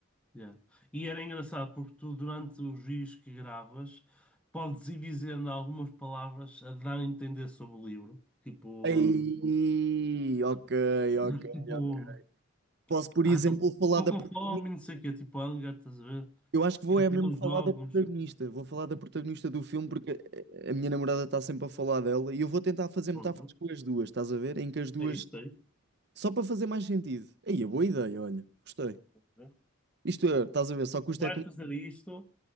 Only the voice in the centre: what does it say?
Yeah. E era engraçado porque tu, durante os vídeos que gravas, podes ir dizendo algumas palavras a dar a entender sobre o livro. Tipo,
hum,
<clears throat> tipo,
Ah,
estou
com
fome, não sei o quê, tipo hunger, estás a ver?
Quero
fazer
uns
jogos.
Pronto.
É isso, é isso.
né?
Vais
fazer isto